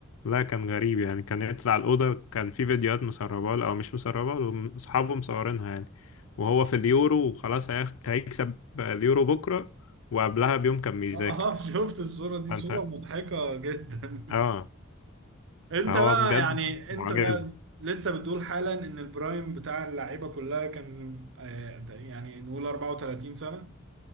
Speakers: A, on the left; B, on the right.
A: لا كان غريب يعني كان يطلع الأوضة كان في فيديوهات مسربة له أو مش مسربة له أصحابه مصورينها يعني وهو في اليورو وخلاص هيخ- هيكسب اليورو بكرة وقبلها بيوم كان بيذاكر
B: آه، آه، <laughs> شفت الصورة دي
A: فأنت
B: صورة مضحكة جدا <laughs>
A: اه
B: انت
A: فهو
B: بقى
A: بجد
B: يعني
A: معجزة
B: انت بقى لسه بتقول حالا ان البرايم بتاع اللعيبة كلها كان آه، ده- يعني نقول 34 سنة